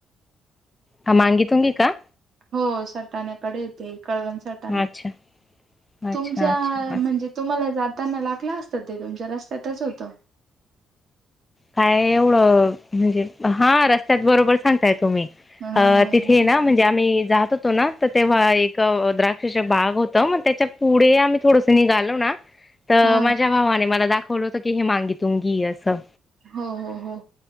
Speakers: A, on the left; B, on the right.
A: हा मांगी तुंगी का?
B: हो सटाण्याकडे येते कळवण साटणा
A: अच्छा अच्छा
B: तुमच्या
A: अच्छा असं.
B: म्हणजे तुम्हाला जात त्यांना लागला असत ते तुमच्या रस्त्यातच होत <inaudible>
A: काय एवढं म्हणजे हा रस्त्यात बरोबर सांगतायेत.
B: हो
A: अ तिथे ना म्हणजे आम्ही जात होतो ना तर तेव्हा एक द्राक्षाचा बाग होत, मग त्याच्या पुढे आम्ही थोडंस निघालो ना त
B: हा
A: माझ्या भावाने मला दाखव बोलो होतो की हे मांगी तुंगी असं
B: हो हो हो,